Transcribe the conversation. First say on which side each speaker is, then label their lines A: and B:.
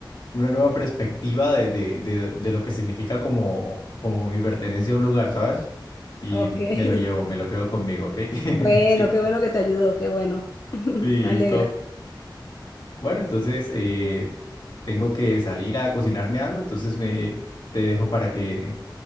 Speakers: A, on the left (about 65°); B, on the left (about 40°).
A: una nueva perspectiva de, de, de, de lo que significa como, como mi pertenencia a un lugar, ¿sabes? Y
B: Ok,
A: me lo llevo,
B: <laughs>
A: me lo quedo conmigo, ¿ok?
B: bueno,
A: <laughs> Sí,
B: qué bueno que te ayudó, qué bueno. <laughs>
A: sí,
B: Me
A: listo.
B: alegra.
A: Bueno, entonces eh, tengo que salir a cocinarme algo, entonces me, te dejo para que